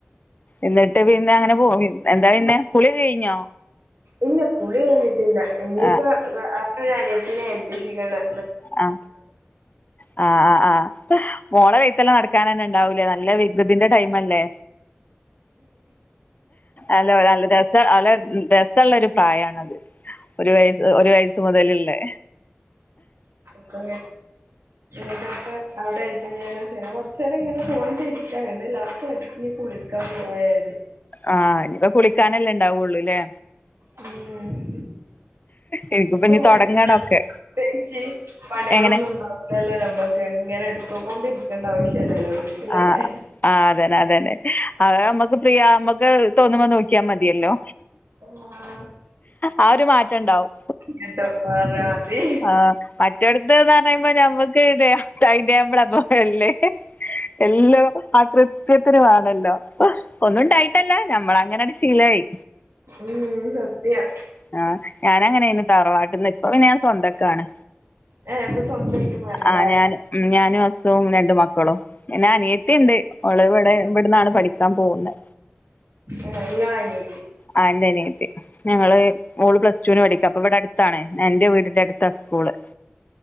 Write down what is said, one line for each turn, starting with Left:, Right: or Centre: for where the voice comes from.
Left: എന്നിട്ട് പിന്നെ അങ്ങനെ പോവ് എന്താ പിന്നെ കുളി ഒക്കെ കഴിഞ്ഞോ
Right: ഇല്ല കുളി കഴിഞ്ഞിട്ടില്ല ഇഞ്ഞിപ്പം
Left: ആ
Right: വാ <unintelligible> അനിയത്തിനെ ഏൽപ്പിച്ച്ക്ക്ണ്
Left: ആ ആ ആ മോളെ വെയ്ത്തലെ നടക്കാൻ തന്നെ ഉണ്ടാവുംലെ നല്ല വികൃതിന്റെ ടൈമ് അല്ലേ അല്ല നല്ല രസാണ് <unintelligible> രസള്ളൊരു പ്രായാണത് ഒരു വയസ് ഒരു വയസ്സ് മുതലുള്ളേ
Right: <unintelligible> ഉം എന്താക്കാ അയുടെ ആയിട്ട് ഞാൻ പിന്നെ കെർച്ചേരം ഇങ്ങനെ <unintelligible> ഇരിക്കാ ഇങ്ങണ്ട് ലാസ്റ്റ് അങ്ങട്ട് കുളിക്കാൻ പോവാ കെര്തി
Left: ആ ഇഞ്ഞിപ്പ കുളിക്കാനല്ലേ ഇണ്ടാവൊള്ളുലെ
Right: ഉം
Left: എനിക്കിപ്പ ഇനി
Right: <unintelligible>
Left: തുടങ്ങണൊക്കെ
Right: പ്രതേകിച്ച് പണെളൊന്നും
Left: എങ്ങനെ
Right: ഇണ്ടാവുല്ലല്ലോ ഞമ്മക്ക് ഇങ്ങനെ എടുത്തോണ്ട് ഇര് ഇട്ക്കണ്ട ആവശ്യല്ലല്ലോ വീട്ടിലല്ലേ
Left: ആ ആ അതെന്നെ അതെന്നെ അതാ അമ്മക്ക് ഫ്രീയാ അമ്മക്ക് തോന്നുമ്പോ നോക്കിയാ മതിയല്ലോ
Right: ആ
Left: ആ ഒരു മാറ്റം ഇണ്ടാവും
Right: കേട്ടോ പറഞ്ഞാ മതി
Left: ആ. മറ്റോട്ത്ത്ന്ന് പർണെയ്മ്പോ ഞമ്മക്ക് ഇതെയാ ടൈം ടേബിൾ പോലെ അല്ലേ എല്ലോ ആ കൃ കുത്തിതിരുവാണല്ലോ ഒന്നും ഉണ്ടായിട്ടല്ല ഞമ്മൾ അങ്ങനെ ആണ്ട് ശീലായി
Right: ഉം സത്യാ
Left: ആ ഞാനങ്ങനെണ് തറവാട്ടിന്ന് ഇപ്പ പിന്നെ ഞാ സ്വന്തക്കാണ്
Right: ഏഹ് ഇപ്പൊ സ്വന്തായിട്ട് മാറില്ലേ
Left: ആഹ് ഞാന് ഉം ഞാനും ഹസും രണ്ട് മക്കളും പിന്നെ അനിയത്തീണ്ട്. ഓള് ഇവടെ ഇവട്ന്നാണ് പഠി <unintelligible> പോകുന്നെ
Right: ആ നിങ്ങളായിനി
Left: ആ എൻ്റനിയത്തി ഞങ്ങള് മോള് പ്ലസ്റ്റൂന് പഠിക്കാ അപ്പൊ ഇവിടെ അടുത്താണെ. എന്റെ വീടിന്റെ അടുത്താ സ്കൂള്